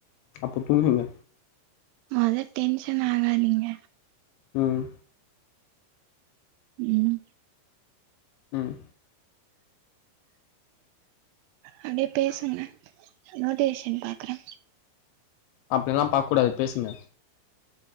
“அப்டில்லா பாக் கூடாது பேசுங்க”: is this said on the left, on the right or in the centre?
Left